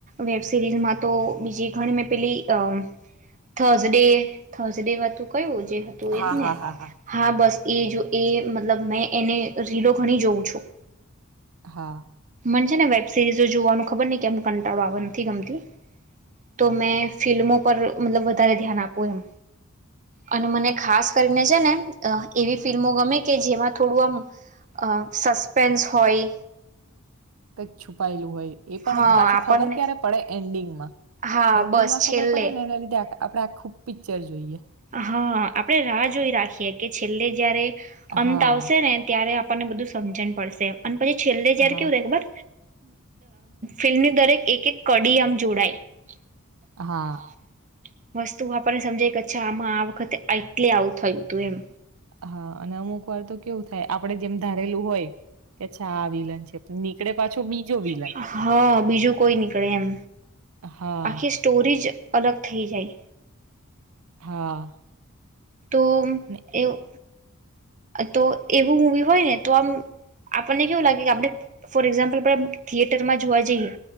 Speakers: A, on the right; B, on the right.
A: વેબ સિરીઝમાં તો બીજી ઘણી મે પેલી અ થર્સડે થસ ેું કયું જે હતું
B: હા,
A: એ જ ને
B: હા, હા,
A: હા બસ એ જો એ મતલબ મેં એને રીલો ઘણી જોઉં છું
B: હા
A: ને વેબ સિરીઝો જોવાનું ખબર ન કેમ કંટાળો આવે નથી ગમતી તો મેં ફિલ્મો પર મતલબ વધારે ધ્યાન આપવું એમ અને મને ખાસ કરીને છે ને એવી ફિલ્મો ગમે કે જેમાં થોડું આમ સસ્પેન્સ હોય
B: કઈક છુપાયેલું હોય એ પણ
A: હા
B: પાછી
A: આપણને
B: ખબર ક્યારે પડે એન્ડિંગમાં
A: હા
B: એન્ડિંગમાં
A: બસ છેલ્લે
B: ખબર પડે ને એના લીધે આપડે આ ખુબ પિક્ચર જોઈએ
A: હા આપણે રાહ જોઈ રાખીએ કે છેલ્લે જયારે અંત
B: હા
A: આવશે ને ત્યારે આપને બધું સમજણ પડશે અને છેલ્લે જેાર
B: હા
A: કેવું એક બ ફિલ્મની દરેક એક એક કડી આમ જોડાયસ્
B: હા
A: તું આપણને સમજે અચ્છા આમાં આ વખતે એટલે આવું થયું હતું એમ
B: હા અને અમુક વાર તો કેવું થાય આપડે જેમ ધારેલું હોય કે અચ્છા આ વિલન છે નીકળે પાછો બીજો વિલન
A: બીજું હા બીજું કોઈ નીકળે એમ
B: હા
A: આખી સ્ટોરી જ અલગ થઈ જાય
B: હા
A: તો
B: અને
A: એવું તો એવું મુવી હોય ને તો આમ આપણને કેવું લાગે કે આપણે ફોર એક્ઝામ્પલ થિયેટરમાં જોવા જઈએ